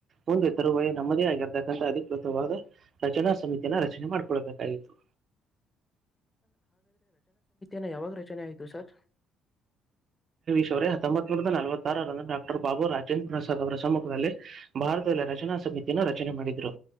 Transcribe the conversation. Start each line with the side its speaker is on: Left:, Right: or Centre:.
Right: ಮುಂದೆ ತರುವ ನಮ್ಮದೇ ಆಗಿರ್ತಕ್ಕಂಥ ಅಧಿಕೃತವಾದ ರಚನಾ ಸಮಿತಿಯನ್ನ ರಚನೆ ಮಾಡ್ಕೊಳ್ಬೇಕಾಗಿತ್ತು.
Left: ನ ಯಾವಾಗ ರಚನೆ ಆಯ್ತು ಸರ್.
Right: ್ವರ ಹೊಂಬತ್ತೂರಂದ ನಲವತ್ತಾ. ರ್ಾಬು ರಾಜೇಂದ್ರ ಅವರ ಸಮ್ಮುಖದಲ್ಲಿ ಭಾರತದಲ್ಲಿ ರಚನಾ ಸಮಿತಿಯನ್ನು ರಚನೆ ಮಾಡಿದ್ರು.